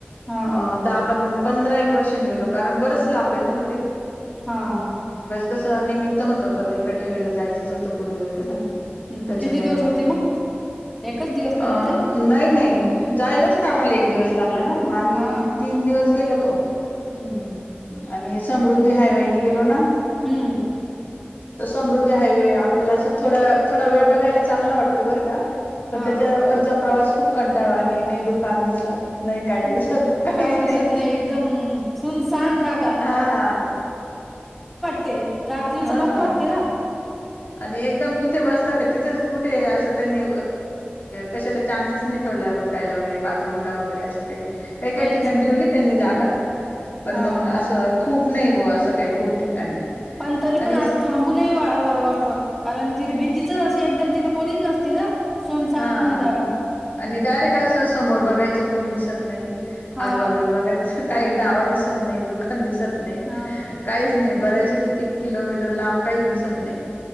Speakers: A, in the centre; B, on the left.
A: हा
B: अ दहा प पंधरा एक वर्षा निघेलो कारण बरच लांब येतं ना ते
A: हा हा
B: तसं निमित्त होतं पत्रिका ठेवायला जायचंच होतं. कुलदेवतेला,
A: हम्म हम्म
B: त्याच्यामुळे
A: किती दिवस
B: मग,
A: होते एकच दिवस का
B: अ
A: रिटर्न?
B: नाही नाही. जायलच ना आम्हाला एक दिवस लाग ला म आम्ही
A: हा
B: तीन दिवस गेलो तो,
A: हम्म
B: आणि समृद्धी हायवेईने गेलो ना.
A: हम्म.
B: त समृद्ध हायवे आपल्याला असं थोड थोडा वेळ बघायला चांगला वाटतो बर का. पण
A: हा
B: त्याच्यावररचा प्रवास खूप कंटाळवा आणि नाही दुकान दिसत. नाही काही
A: अ,
B: दिवसात काहीच
A: काही दिसत
B: नाही.
A: एकदम सुनसान जागा
B: हा.
A: ते, रात्रीच
B: हा
A: नको वाटतय ना.
B: आणि एकदम इथे बसला का तिथे कुठे असं त्यांनी कशाला चान्ससच नाही ठेवला उतरायला वगैरे बाथरूला वगैरे अस. काही काही
A: काहीच
B: ठिकाणी
A: नाही
B: ठेवली त्यांनी जागा पण
A: हा
B: मग असं खूप नाही ब असं काही खूप ठिकाणी.
A: पण तरी
B: आणि
A: पण अस थांबून वाटवत कारण तिथे भीतीच अस एकदम तिथे कोणीच नसती ना. सुनसान
B: हा
A: जागा
B: आणि
A: हम्म.
B: डायरेक अस समोर बघायचं कोणी दिसत नाही
A: हा
B: आजूबाजूला बघायचं काय गावा दिसत नाही दुकान दिसत नाही
A: हा
B: काहीच नाही बऱ्यासा किती किलोमीटर लांब काहीच दिसत नाही,